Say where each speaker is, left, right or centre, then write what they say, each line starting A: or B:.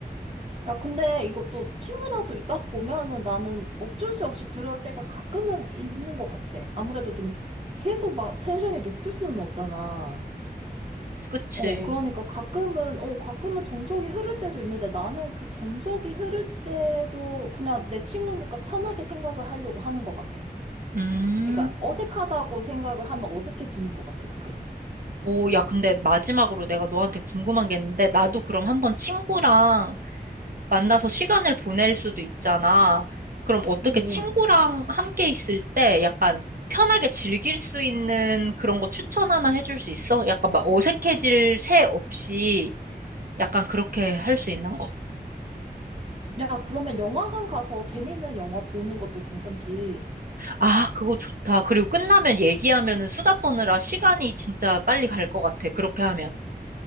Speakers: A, on the right; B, on the right.
A: 야, 근데 이것도 친구랑 또 있다 보면은 나는 어쩔 수 없이 그럴 때가 가끔은 있는 것 같아. 아무래도 좀 계속 막 텐션이 높을 수는 없잖아.
B: 그치.
A: 어, 그러니까 가끔은, 어, 가끔은 정적이 흐를 때도 있는데 나는 그 정적이 흐를 때도 그냥 내 친구니까 편하게 생각을 하려고 하는 것 같아.
B: 음.
A: 그러니까 어색하다고 생각을 하면 어색해지는 것 같아, 그게.
B: 오, 야, 근데 마지막으로 내가 너한테 궁금한 게 있는데, 나도 그럼 한번 친구랑 만나서 시간을 보낼 수도 있잖아. 그럼 어떻게
A: 응,
B: 친구랑
A: 응.
B: 함께 있을 때 약간 편하게 즐길 수 있는 그런 거 추천 하나 해줄 수 있어? 약간 막 어색해질 새 없이 약간 그렇게 할 수 있는 거.
A: 야, 그러면 영화관 가서 재미있는 영화 보는 것도 괜찮지.
B: 아, 그거 좋다. 그리고 끝나면 얘기하면은 수다 떠느라 시간이 진짜 빨리 갈 것 같아. 그렇게 하면.